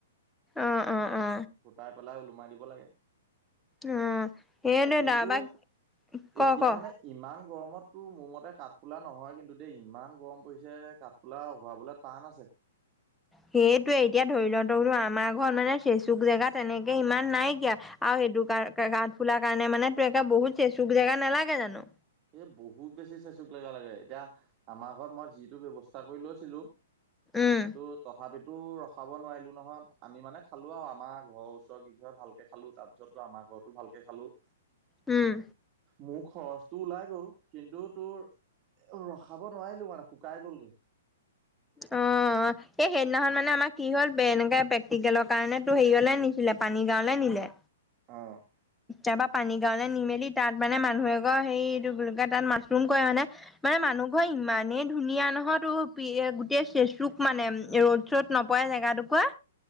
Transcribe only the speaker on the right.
ফুটাই পেলাই ওলোমাই দিব লাগে।
এ কিন্তু
এতিয়া
মানে ইমান গৰমততো মোৰ মতে কাঠফোুলা নহয় কিন্তু দেই ইমান গৰম পৰিছে কাঠ- ফোলা ওলাবলে টান আছে।
এই বহুত বেছি চেচুক জেগা লাগে এতিয়া আমাৰ ঘৰত মই যিটো ব্যৱস্থা কৰি লৈছিলো।
ত' তথাপিতো- তো ৰখাব নোৱাৰিলো নহয় আমি মানে খালো আৰু আমাৰ ঘৰৰ ওচৰ কিঘৰে ভালকে খালো তাৰপিছত- পিছতটো আমাৰ ঘৰতো ভালকে খালোঁ।
মোৰ খৰচ। তোৰ ওলাই গ'ল কিন্তু তোৰ ৰখাব নোৱাৰিলোঁ মানে শুকাই গ'লগে।
অঁ'